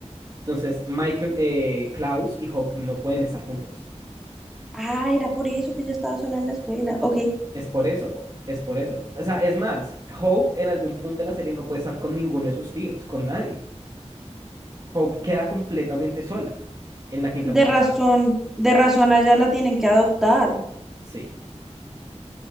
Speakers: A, on the right; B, in the centre.
A: Entonces Michael, eh, Klaus y Hope no pueden estar juntos.
B: Ah, era por eso que ella estaba sola en la escuela. Ok,
A: Es por eso, es por eso. O sea, es más, Hope en algún punto de la serie no puede estar con ninguno de sus tíos, con nadie. Hope queda completamente sola en la quinta
B: de
A: temporada.
B: razón, de razón allá la tienen que adoptar.
A: Sí.